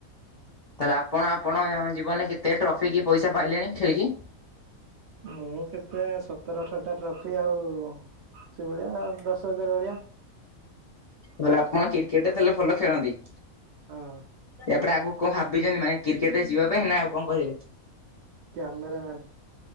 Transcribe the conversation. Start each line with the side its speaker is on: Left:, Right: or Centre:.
Left: ତାହେଲେ ଆପଣ ଆପଣ ଜୀବନରେ କେତେ ଟ୍ରଫି କି ପଇସା ପାଇଲେଣି ଖେଳିକି।
Right: ମୁଁ କେତେ ସତର ଅଠଟା ଟ୍ରଫି ଆଉ ସେଭଳିଆ ଦଶ <unintelligible>
Left: ବଲେ ଆପଣ କ୍ରିକେଟ ତାହେଲେ ଭଲ ଖେଳନ୍ତି।
Right: ହଁ।
Left: ୟାପରେ ଆଗକୁ କଣ ଭାବିଛନ୍ତି ମାନେ କ୍ରିକେଟ ରେ ଯିବା ପାଇଁ ନା ଆଉ କଣ କରିବେ।
Right: କ୍ୟାମେରାମ୍ୟାନ୍।